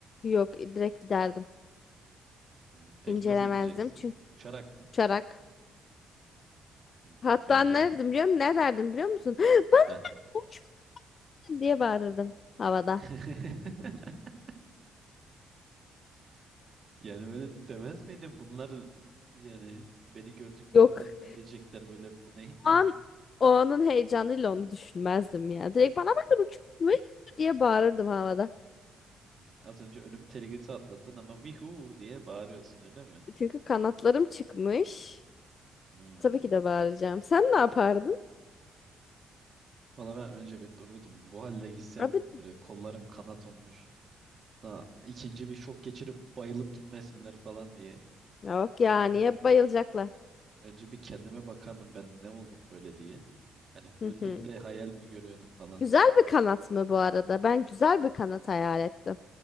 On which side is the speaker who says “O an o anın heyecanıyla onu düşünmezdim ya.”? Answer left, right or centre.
Left